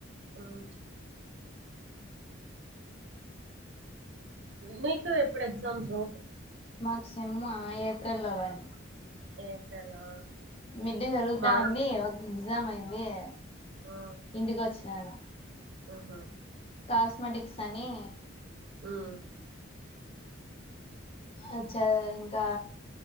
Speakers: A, on the right; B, on the left.
A: ఉమ్ మీకు ఎప్పుడు ఎగ్జామ్సూ
B: మాకు సేమ్మా ఏప్రిలో గానీ
A: ఏప్రిలా
B: మిడ్ జరుగుతా
A: మాకు
B: ఉంది. ఒక ఎగ్జామ్ అయింద్ ఏ
A: ఆ
B: ఇంటికి వచ్చినాను
A: ఆహా
B: కాస్మెటిక్స్ అని
A: ఉమ్
B: అచ్చా ఇంకా